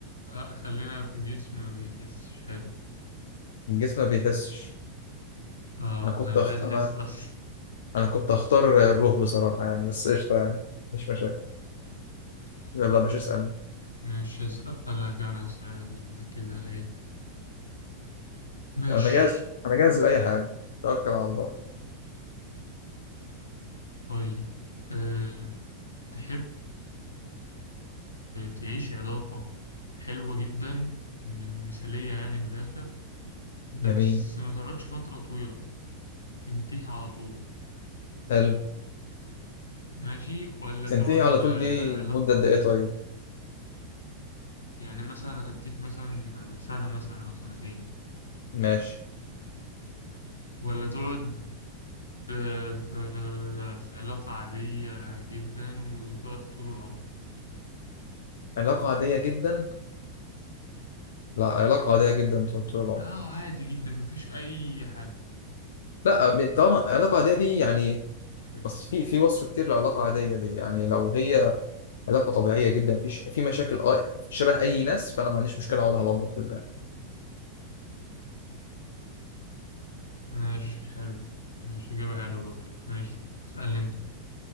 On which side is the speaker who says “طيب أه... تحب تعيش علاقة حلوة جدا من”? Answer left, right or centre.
Left